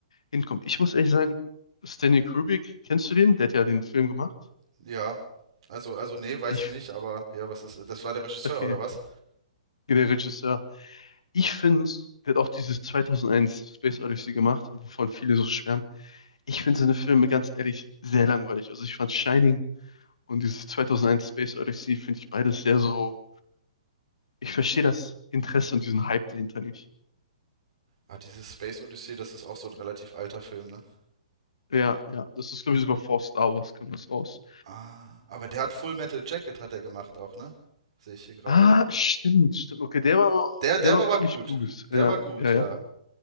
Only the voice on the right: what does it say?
Ja, also, also nee, weiß
ich nicht, aber ja, was ist, das war der Regisseur,
oder was?
Ah, dieses Space Odyssey, das ist auch so ein relativ alter Film, ne?
Ah, aber der hat Full Metal Jacket hat er gemacht auch, ne? Sehe ich hier gerade.
Der,
der
war
aber
gut.
Der
war gut,
ja.